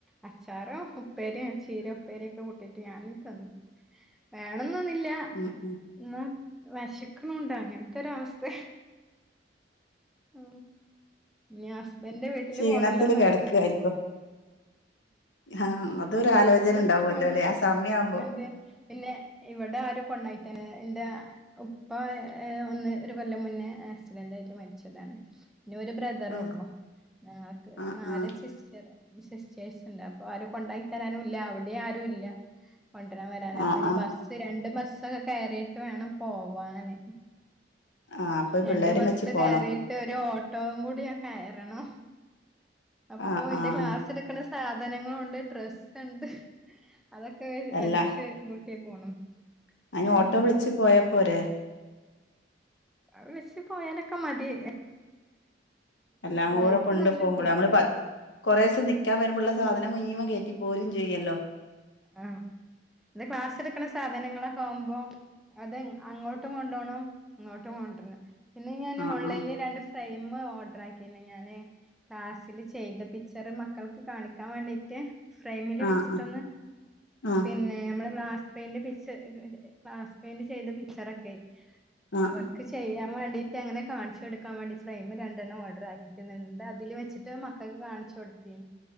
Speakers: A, in the centre; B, on the left.
A: അച്ചാറ് ഉപ്പേരി ചീര ഉപ്പേരിയൊക്കെ കൂട്ടിട്ട് ഞാനും തിന്നു വേണം ഒന്നുമില്ല
B: ഉം ഉം
A: എന്ന വെശക്കണോണ്ടാ അങ്ങനത്തെൊരു അവസ്ഥ ഉ ഞാൻ ഹസ്ബൻഡിന്റെ വീട്ടില്
B: ക്ഷീണത്തില്
A: പോണല്ലോന്ന്
B: കിടക്കായിരിക്കും
A: അലോചിച്ച് ഇങ്ങനെ നിക്കാ
B: ആഹ് അതൊരു
A: ഹസ്ബൻന്റെ
B: ആലോചന
A: വീട്ടിൽ
B: ഉണ്ടാവുമല്ലോ
A: പോണല്ലോ
B: ല്ലേ ആ സമയാവുമ്പോ
A: അതോണ്ട് പിന്നെ ഇവിടെ ആരും കൊണ്ടാക്കി തരാനില്ല എന്റെ ഉപ്പ ഒന്ന് ഒരു കൊല്ലം മുന്നേ ആക്സിഡന്റ് ആയിട്ട് മരിച്ച ച്ചതാണ് പിന്നെ ഒരു ബ്രദറുള്ളു
B: ആഹ്
A: ഞങ്ങക്ക്
B: ആഹ്
A: നാല്
B: ആഹ്
A: സിസ്റ്റർ വിഷേഷൊണ്ട് അപ്പൊ ആരും കൊണ്ടാക്കിത്തരാനുമില്ല അവിടെയും ആരും ഇല്ല കൊണ്ടുവരാം വരാൻ അപ്പൊ
B: ആഹ്
A: ഇനി
B: ആഹ്
A: ബസ്സ് രണ്ട് ബസ്- ബസൊക്കെ കയറിയിട്ട് വേണം പോവാന്
B: ആഹ് അപ്പൊ
A: രണ്ട്
B: പിള്ളേരും
A: ബസ്സ്
B: വെച്ച് പോണം
A: കയറിട്ട് ഒരു ഓട്ടോവും കൂടി കയറണം അപ്പോ
B: ആഹ്
A: എന്റെ
B: ആഹ്
A: ക്ലാസ് എടുക്കണ സ്ക്കൂ സാധനങ്ങളുണ്ട് ഡ്രസ്സ് ഇണ്ട്. അതൊക്കെ വെ
B: അല്ല
A: വലിച്ച് <unintelligible> <unintelligible> പോണം
B: അയിന്
A: ഏഹ്
B: ഓട്ടോ വിളിച്ചു പോയാ പോരേ?
A: അത് വിളിച്ച് പോയാലൊക്കെ മതി.
B: എല്ലാം കൂടെ
A: റൈറ്റ്
B: കൊണ്ടു
A: നല്ല
B: പോകുമ്പോളെ
A: കൂടും
B: നമ്മള് കുറേ ദിവസം നിക്കാൻ വരുമ്പോഴുള്ള- സാധനം മുനീമം കയറ്റി പോരും ചെയ്യല്ലോ
A: ആ ഇത് ക്ലാസ് എടുക്കണ സാധനങ്ങളൊക്കെ ആവുമ്പോ അത് അങ്ങോട്ടും കൊണ്ടുപോണം ഇങ്ങോട്ടും കൊണ്ടുവണം പിന്നെ ഞാൻ
B: ആഹ്
A: ഓൺലൈനിൽ
B: ആഹ്
A: രണ്ട് ഫ്രെയ്മ് ഓർഡർ ആക്കി പിന്നെ ഞാന് ക്ലാസ്സില് ചെയ്ത പിക്ച്ചർ മക്കൾക്ക് കാണിക്കാൻ വേണ്ടീട്ട് ഫ്രെയിമില്
B: ആഹ്
A: വെച്ചിട്ട്
B: ആഹ്
A: പിന്നെ നമ്മൾ ഗ്ലാസ് പെയിന്റ് ഗ്ലാസ് പെയിന്റ് ചെയ്ത പിക്ച്ചറൊക്കെ
B: ആഹ്
A: അവർക്ക് ചെയ്യാം കൊടുക്കാൻ വേണ്ടീട്ട് അങ്ങനെ കാണിച്ചു കൊടുക്കാൻ വേണ്ടി ഫ്രൈയ്മ് രണ്ടെണ്ണം ഓർഡർ ആക്കി ട്ടുണ്ട് എന്നിട്ട് അതില് വെച്ചിട്ട് മക്കൾക്ക് കാണിച്ചു കൊടുത്തി